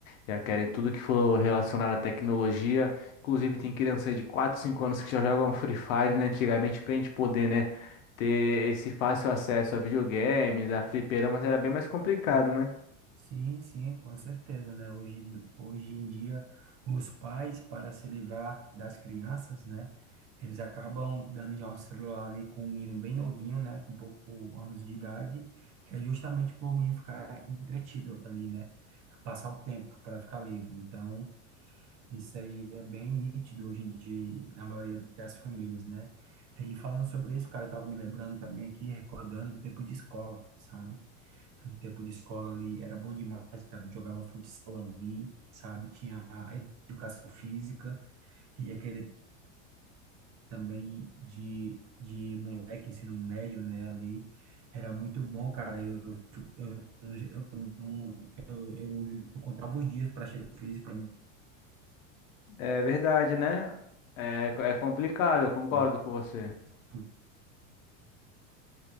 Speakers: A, on the left; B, on the right.
A: já querem tudo que for relacionado à tecnologia. Inclusive, tem criança aí de 4, 5 anos que já jogam Free Fire, né? Antigamente, pra gente poder, né, ter esse fácil acesso a videogames, a fliperamas, era bem mais complicado,
B: Sim.
A: né?
B: Sim, sim, com certeza, né? Hoje, hoje em dia, os pais, para se livrar das crianças, né? Eles acabam dando já um celular ali com um menino bem novinho, né? Com pouco anos de idade, que é justamente para o menino ficar entretido ali, né? Passar o tempo para ficar livre. Então, isso aí é bem nítido hoje em dia na maioria das famílias, né? E falando sobre isso, cara, eu tava me lembrando também aqui, recordando o tempo de escola, sabe? No tempo de escola ali era bom demais, cara. Jogava futsal ali, sabe? Tinha a educação física e aquele também de, de moleque, ensino médio, né? Ali era muito bom, cara. Eu, eu, eu, não- eu, eu, eu contava os dias para chegar no físico, para
A: É verdade, né? É, é complicado, eu concordo
B: jogar
A: com você.
B: um